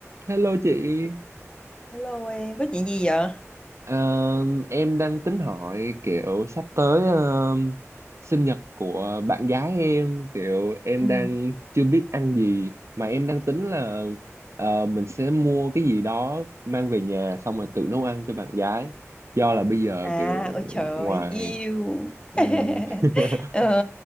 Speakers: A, on the right; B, on the left.
A: Hello chị,
B: Hello em, có chuyện gì vậy?
A: Ờ, em đang tính hỏi kiểu sắp tới ờ, sinh nhật của bạn gái em, kiểu em
B: Ừ,
A: đang chưa biết ăn gì mà em đang tính là ờ, mình sẽ mua cái gì đó mang về nhà xong rồi tự nấu ăn cho bạn gái. Do là bây giờ
B: À,
A: kiểu
B: ôi trời,
A: ngoài
B: yêu.
A: ừm,
B: <laughs>
A: <laughs>
B: ờ,